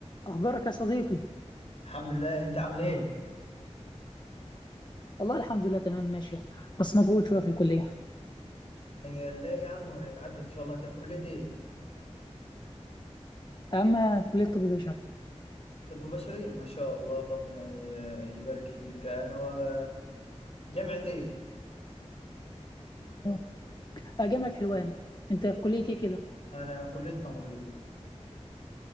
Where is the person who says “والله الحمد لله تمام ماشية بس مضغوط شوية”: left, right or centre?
Left